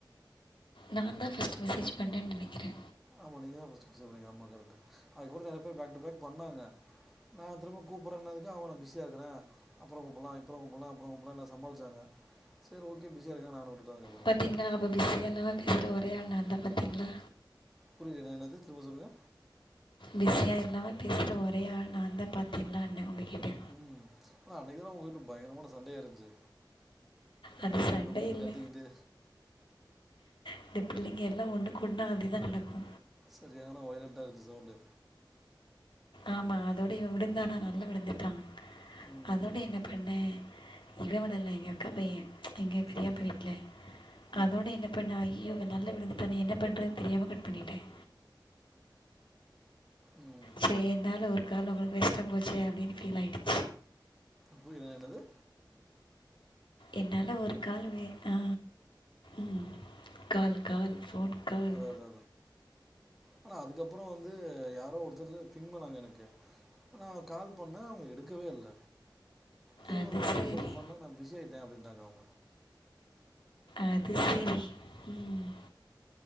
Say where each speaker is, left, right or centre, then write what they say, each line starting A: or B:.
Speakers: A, on the left (about 85°); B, in the centre.
A: நா தா ஃபர்ஸ்ட்டு மெசேஜ் பண்ணன்னு நனைக்கிறே
B: ஆமா நீங்க தா ஃபர்ஸ்ட்டு மெசேஜ் பண்ணீங்க ஆமா கரெக்ட்டு அதுக்கப்புறோ நறைய பேர் பேக் டூ பேக் பண்ணாங்க நா திரும்ப கூப்பற்றனதுக்கு அவங்க நா பிஸியா இருக்கறே அப்பறங் கூப்பட்லா இப்பற கூப்பட்லா அப்புற கூப்பட்லா எல்லா சாமாளிச்சாங்க சேரி ஓகே பிசியாக இருக்காங்கன்னு நானும் உட்டுட்டே அதுக்கப்றோ
A: பாத்தீங்ளா அப்போ பிஸியா இல்லாம பேசுற ஒரே ஆள் நா தா பாத்தீங்ளா
B: புரியலங்க என்னது திரும்ப சொல்லுங்க
A: பிஸியா இல்லாம பேசுற ஒரே ஆள் நான் தா பாத்திங்ளான்னே உங்ககிட்ட
B: ம் ஆனா அன்னைக்குதான உங்க வீட்ல பயங்கரமான சண்டையா இருந்துச்சு
A: அது
B: டமால்
A: சண்டை
B: டொமில்னு
A: இல்ல
B: கத்திக்கிட்டு
A: இந்த பிள்ளைங்க எல்லா ஒண்ணு கூட்னா அதிதான் நடக்கு
B: செரியான வொயலட்டா இருஞ்சு சவுண்டு
A: ஆமா அதோட இவன் விழுந்தானா நல்லா விழுந்துட்டான்
B: ம்
A: அதோட என்ன பண்ணேன் இவன் விடல எங்க அக்கா பையன் எங்க பெரியப்பா
B: ம்
A: வீட்ல
B: ம்
A: அதோட என்ன பண்ண அய்யய்யோ இவன் நல்லா விழுந்துட்டானே என்ன பண்றதுன்னு தெரியாம கட் பண்ணிட்டேன்
B: ம் ம்
A: சே என்னால ஒரு கால் உங்களுக்கு வேஸ்ட்டா போச்சே அப்டின்னு ஃபீல் ஆயிடுச்சு
B: புரில என்னது
A: என்னால ஒரு கால் வே அ ம் கால் கால் ஃபோன் கால்
B: அதா அதா ஆனா அதுக்கப்றோ வந்து யாரோ ஒருத்தறது பின் பண்ணாங்க எனக்கு நா கால் பண்ண அவுங்க எடுக்கவே இல்ல திரும்பவு
A: அது சரி
B: மெசஜ் பண்ணா நா பிஸியாயிட்டேன் அப்டின்டாங்க அவுங்க
A: அது செரி ம்